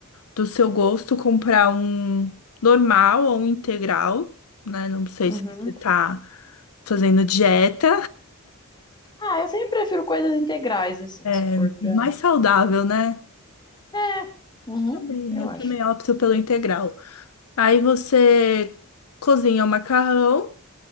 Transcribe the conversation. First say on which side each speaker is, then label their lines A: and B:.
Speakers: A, on the left (about 75°); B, on the left (about 20°).
A: do seu gosto comprar um normal ou um integral, né? Não sei
B: Uhum.
A: se você tá fazendo dieta,
B: Ah, eu sempre prefiro coisas integrais, assim, se
A: <laughs>
B: for pra.
A: mais saudável, né?
B: É, uhum,
A: Também,
B: eu
A: eu
B: acho.
A: também opto pelo integral. Aí você cozinha o macarrão